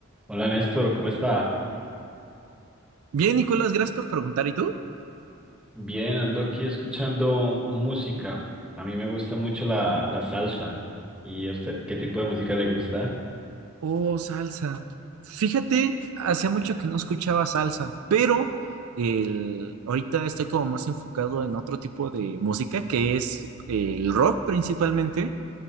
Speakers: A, in the centre; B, on the right (about 75°).
A: Hola Néstor, ¿cómo está?
B: Bien, Nicolás, gracias por preguntar. ¿Y tú?
A: Bien, ando aquí escuchando música. A mí me gusta mucho la, la salsa. ¿Y a usted qué tipo de música le gusta?
B: Oh, salsa. Fíjate, hacía mucho que no escuchaba salsa, pero el, ahorita estoy como más enfocado en otro tipo de música, que es el rock principalmente,